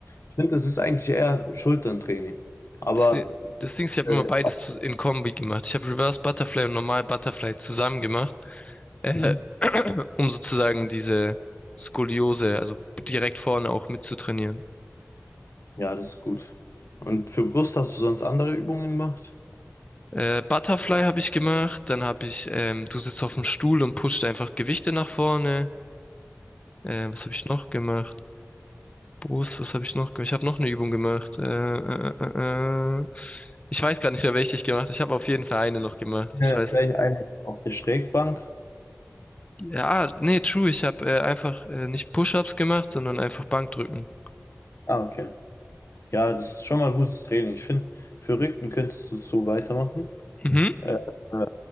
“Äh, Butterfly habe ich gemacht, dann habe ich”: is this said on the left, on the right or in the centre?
Left